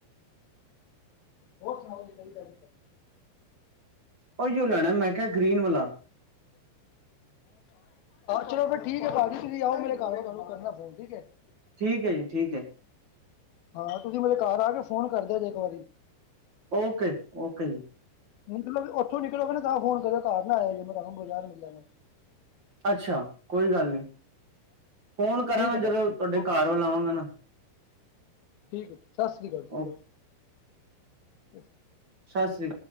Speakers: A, on the left; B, on the right.
A: ਹੋਰ ਸੁਣਾਓ ਜ ਨਵੀ ਤਾਜੀ
B: ਉਹੀਓ ਲੈਣਾ ਮੈਂ ਕਿਹਾ ਗਰੀਨ ਵਾਲਾ
A: ਚਲੋ ਫ ਠੀਕ ਹੈ ਭਾਜੀ ਤੁਸੀਂ ਆਓ ਮੇਰੇ ਘਰ ਤੁਹਾਨੂੰ ਕਰਨਾ ਫੋਨ ਠੀਕ ਹੈ
B: ਠੀਕ ਹੈ ਜੀ ਠੀਕ ਹੈ
A: ਹਾਂ ਤੁਸੀਂ ਮੇਰੇ ਘਰ ਆ ਕੇ ਫੋਨ ਕਰਦੇ ਜੇ ਇੱਕ ਵਾਰੀ
B: ਓਕੇ -ਓਕੇ -
A: ਮਤਲਬ ਓਥੋਂ ਨਿਕਲੇ ਹੈ ਤਾਂ ਫੋਨ ਕਰਨਾ ਘਰ ਨਾ ਆਇਆ ਜੇ ਮੇ ਤੁਹਾਨੂੰ ਬਾਜ਼ਾਰ ਮਿਲਾਂਗਾ
B: ਅੱਛਾ ਕੋਈ ਗੱਲ ਨੀ ਫੋਨ ਕਰਾਂਗਾ
A: ਠੀਕ ਹੈ ਭਾਜੀ
B: ਜਦੋਂ ਤੁਹਾਡੇ
A: ਠੀਕ ਓਕੇ
B: ਘਰ ਵੱਲ ਆਵਾਂਗਾ ਨਾ
A: ਠੀਕ ਏ ਜੀ ਸਤਿ ਸ਼੍ਰੀ ਅਕਾਲ
B: ਓ
A: ਜੀ
B: ਸਤਿ ਸ਼੍ਰੀ